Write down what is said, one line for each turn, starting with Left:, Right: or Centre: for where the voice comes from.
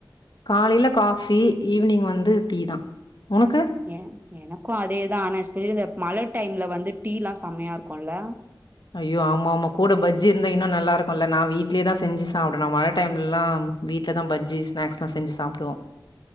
Left: காலைல காஃபி ஈவினிங் வந்து டீ தா உனக்கு
Right: ஏ எனக்கு அதேதா ஆனா ஸ்பெல இந்த மழ டைம்ல வந்து டீல்லா செமையா இருக்கும்ல
Left: ஐயோ ஆமா ஆமா கூட பஜ்ஜி இருந்தா இன்னு நல்லா இருக்குல்ல நா வீட்லயேதா செஞ்சு சாப்பிடனு மழ டைம்லல்லா வீட்லதா பஜ்ஜி ஸ்நாக்ஸ்லா செஞ்சு சாப்டுவோ